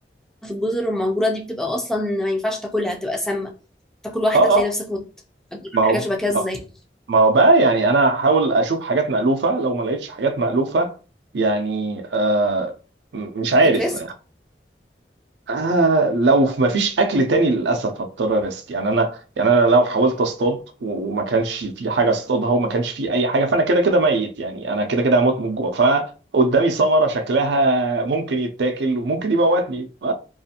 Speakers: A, in the centre; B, on the right.
A: في الجزر المهجوره دي بتبقى اصلا ما ينفعش تاكلها بتبقى سامه تاكل واحده
B: اه
A: تلاقي
B: اه
A: نفسك مت هتجرب
B: ما هو
A: حاجه شبه كده ازاي
B: ما هو بقى يعني انا هحاول اشوف حاجات مألوفة لو ما لقيتش حاجات مألوفة يعني آه م- مش عارف
A: هتريسك
B: آه لو ما فيش اكل تاني للاسف هضطر ريسك يعني انا يعني انا لو حاولت اصطاد و- وما كانش في حاجة اصطادها وما كانش في اي حاجة فانا كده كده ميت يعني انا كده كده هموت من الجوع فقدامي ثمرة شكلها ممكن يتاكل وممكن يموتني ف